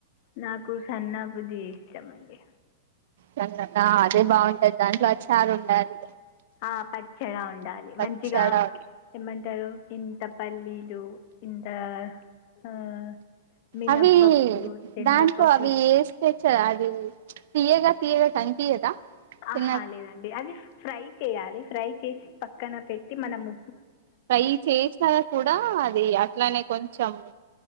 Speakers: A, on the left; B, on the right.
A: నాకు సన్నాబుది ఇష్ట మండి
B: దానికి కన్నా అదే బాగుంటది దాంట్లో అచ్చారు ఉండాలి
A: ఆ పచ్చడా ఉండాలి.
B: పచ్చడా
A: మంచిగా
B: ఉండాలి.
A: ఏమ్ అంటారు ఇంత పల్లీలు ఇంత ఆ మినప్పప్పు
B: అవి
A: శనగపప్పు
B: దాంట్లో అవి ఏస్తే అది తీయ్యగా తీయ్యగా కనిపియదా
A: ఆహా
B: చిన్న
A: లేదండి అది ఫ్రై చేయాలి ఫ్రై చేసి పక్కన పెట్టి మనము
B: ప్రై చేేసినా కూడా అది అట్లానే కొంచం